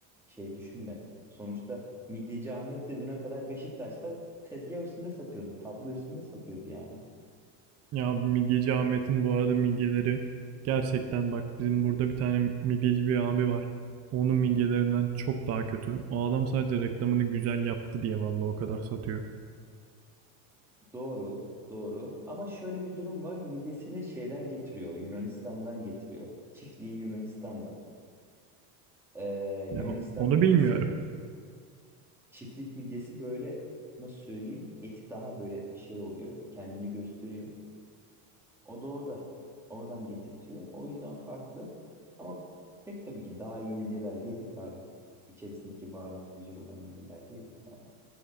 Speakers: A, in the centre; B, on the right.
A: Şey düşünme. Sonuçta Midyeci Ahmet de düne kadar Beşiktaş'ta tezgah üstünde satıyordu. Tablo üstünde satıyordu yani.
B: Ya abi midyeci Ahmet'in bu arada midyeleri gerçekten bak bizim burada bir tane midyeci bir abi var. Onun midyelerinden çok daha kötü. O adam sadece reklamını güzel yaptı diye vallahi o kadar satıyor.
A: Doğru, doğru. Ama şöyle bir durum var. Midyesini şeyden getiriyor, Yunanistan'dan getiriyor. Çiftliği Yunanistan'da. Ee,
B: Ya
A: Yunanistan
B: onu
A: midyesi,
B: bilmiyorum.
A: çiftlik midyesi böyle nasıl söyleyeyim? Eti daha böyle şey oluyor, kendini gösteriyor. O da orada, oradan getirtiyor. O yüzden farklı. Ama pek tabii ki daha iyi midyeler de yedik abi. İçerisindeki baharatı güzel olan midyeler de yedik yani.